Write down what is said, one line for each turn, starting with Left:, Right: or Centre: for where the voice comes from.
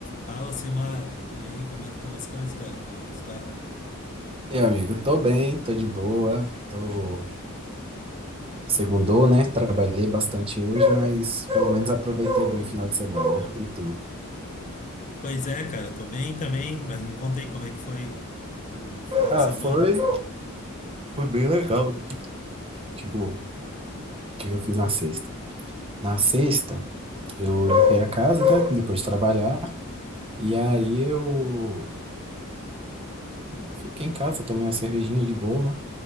Left: Fala, Simar. E aí, como é que estão as coisas, cara? Como é que tu tá?
Right: E aí, amigo, tô bem, tô de boa, tô segundou, né? Trabalhei bastante hoje, mas pelo menos aproveitei bem o final de semana. E tu?
Left: Pois é, cara, tô bem também, mas me conta aí como é que foi o, o final
Right: Ah,
Left: de semana.
Right: foi, foi bem legal. Tipo, o que que eu fiz na sexta? Na sexta, eu limpei a casa, né? Depois de trabalhar, e
Left: Uhum.
Right: aí eu fiquei em casa, tomei uma cervejinha de boa.